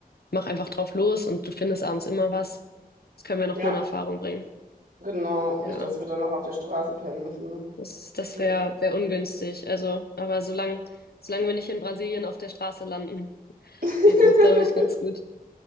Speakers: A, on the left; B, on the right.
A: mach einfach drauf los und du findest abends immer was. Das können wir noch
B: Ja,
A: mal in Erfahrung bringen.
B: genau.
A: Ja.
B: Nicht, dass wir dann noch auf der Straße pennen müssen. Ne?
A: Das, das
B: Ja.
A: wäre wär wär ungünstig. Also, aber solange, solange wir nicht in Brasilien auf der Straße landen, <laughs>
B: <laughs>
A: geht's uns, glaube ich, ganz gut.